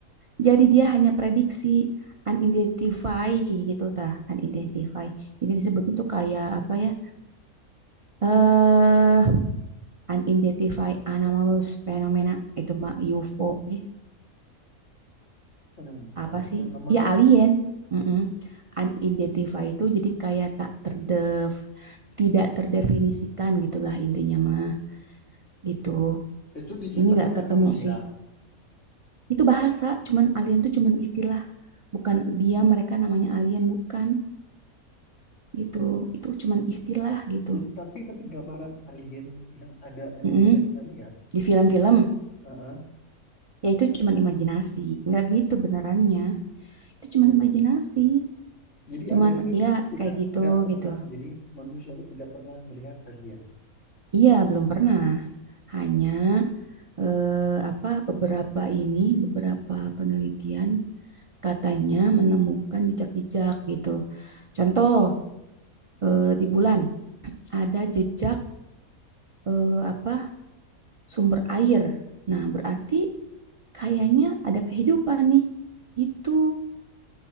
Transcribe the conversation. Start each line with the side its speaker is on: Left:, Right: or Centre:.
Right: Jadi dia hanya prediksi unidentify gitu tah, unidentify. Jadi disebutnya tuh kayak apa ya? Eh unidentified anomalous phenomena itu mah UFO gitu.
Left: Banyak banget
Right: Apa sih?
Left: tuh namanya.
Right: Ya alien. Mm-mm. Unidentified itu jadi kayak tak terdef tidak terdefinisikan gitulah intinya mah gitu.
Left: Itu diciptakan
Right: Ini nggak
Left: oleh
Right: ketemu
Left: manusia.
Right: sih. Itu bahasa, cuman alien tuh cuman istilah. Bukan dia mereka namanya alien bukan. gitu itu cuman istilah gitu
Left: Jadi tapi tapi gambaran alien yang ada yang
Right: Mm-mm.
Left: biasa kita lihat,
Right: di film-film
Left: eh, eh,
Right: ya itu cuman imajinasi nggak gitu benerannya itu cuman imajinasi
Left: Jadi
Right: cuman
Left: alien itu
Right: ya
Left: tidak
Right: kayak gitu
Left: tidak pernah
Right: gitu
Left: jadi manusia itu tidak pernah melihat alien.
Right: iya belum pernah hanya eh, apa beberapa ini beberapa penelitian katanya menemukan jejak-jejak gitu contoh eh, di bulan ada jejak eh, apa sumber air nah berarti kayaknya ada kehidupan nih. Itu